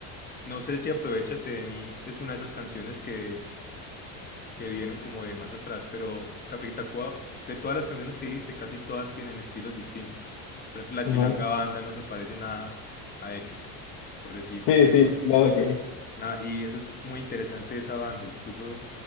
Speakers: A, on the left; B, on the left.
A: no sé si Aprovechate de mí es una de esas canciones que, que vienen como de más atrás, pero Café Tacuba, de todas las canciones que dijiste, casi todas tienen estilos distintos. Por ejemplo, la Chilanga
B: Ujú.
A: Banda no se parece nada a Eres, por decir
B: Sí,
A: cualquier
B: sí,
A: cosa.
B: nada que ver.
A: Nada, y eso es muy interesante de esa banda. Incluso